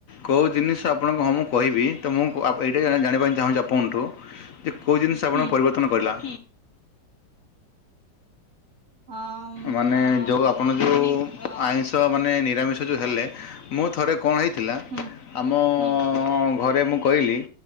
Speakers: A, on the left; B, on the right.
A: କୋଉ ଜିନିଷ ଆପଣଙ୍କୁ ହଁ ମୁଁ କହିବି। ତ ମୁଁ ଆପ୍ ଏଇଟା ଜାଣିବା ପାଇଁ ଚାହୁଁଚି ଆପଣଠୁ। ଯେ କୋଉ ଜିନିଷ ଆପଣ
B: ହୁଁ
A: ପରିବର୍ତ୍ତନ କରିଲା?
B: ହଁ
A: ମାନେ ଯୋଉ ଆପଣ ଯୋଉ ଆଇଁଷ ମାନେ ନିରାମିଷ ଯୋଉ ହେଲେ। ମୁଁ ଥରେ କଣ ହେଇଥିଲା।
B: ହୁଁ
A: ଆମ ଆମ ଘରେ ମୁଁ କହିଲି